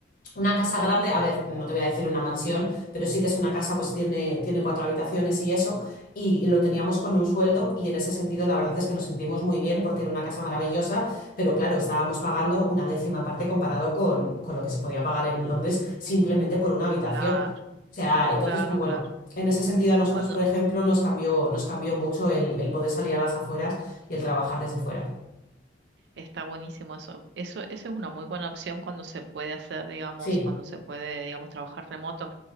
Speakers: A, on the left; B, on the right.
A: una casa grande, a ver, no te voy a decir una mansión, pero sí que es una casa, pues tiene, tiene cuatro habitaciones y eso, y lo teníamos con un sueldo y en ese sentido la verdad es que nos sentimos muy bien porque era una casa maravillosa, pero claro, estábamos pagando una décima parte comparado con, con lo que se podía pagar en Londres simplemente por una habitación.
B: claro,
A: O sea, entonces,
B: claro,
A: pues bueno,
B: claro.
A: en ese sentido a nosotros,
B: Cuando
A: por ejemplo, nos cambió, nos cambió mucho el, el poder salir a las afueras y el trabajar desde fuera.
B: está buenísimo eso. Eso, eso es una muy buena opción cuando se puede hacer, digamos,
A: Sí,
B: cuando se puede, digamos, trabajar remoto.